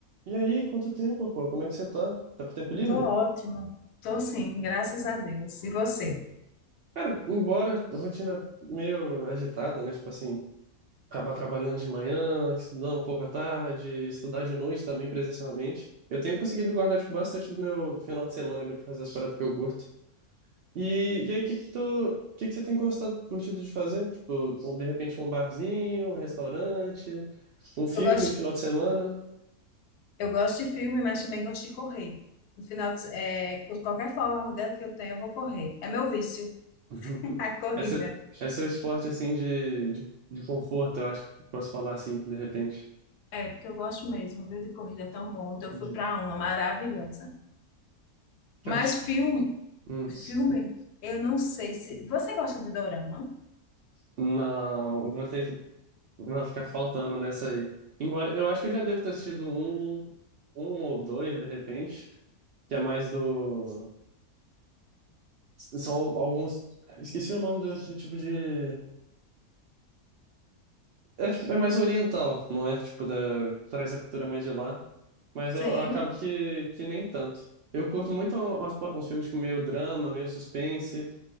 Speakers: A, on the right (about 80°); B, on the left (about 85°).
A: E aí, quanto tempo, pô? Como é que você tá? Tá com tempo livre?
B: Tô ótimo. Tô sim, graças a Deus. E você?
A: Cara, embora a rotina meio agitada, né? Tipo assim, acabar trabalhando de manhã, estudando um pouco à tarde, estudar de noite também presencialmente. Eu tenho conseguido guardar, tipo, bastante do meu final de semana ali pra fazer as paradas que eu curto. E, e aí, o que que tu, o que que você tem gostado, curtido de fazer? Tipo, um, de repente um barzinho, um restaurante, um filme,
B: Eu gosto,
A: final de semana?
B: eu gosto de filme, mas também gosto de correr. No final, de se- é, com qualquer folga que eu tenho, eu vou correr. É meu vício,
A: <laughs>
B: <laughs> a corrida.
A: Esse, esse é seu esporte assim de, de, de conforto, eu acho que posso falar assim, de repente.
B: É, porque eu gosto mesmo, viu, de corrida é tão bom. Então,
A: Uhum.
B: eu fui para uma maravilhosa.
A: Quero
B: Mas
A: te...
B: filme,
A: hum,
B: filme, eu não sei se... Você gosta de dorama?
A: Não, vou ter que vou ficar faltando nessa aí. Embora eu acho que eu já devo ter assistido um, um ou dois, de repente, que é mais do. São alguns. Esqueci o nome do, do tipo de. É, tipo- é mais oriental, não é? Tipo, da... traz a cultura mais de lá. Mas
B: Sim.
A: eu, eu acabo que, que nem tanto. Eu curto muito uns, uns filmes tipo, meio drama, meio suspense.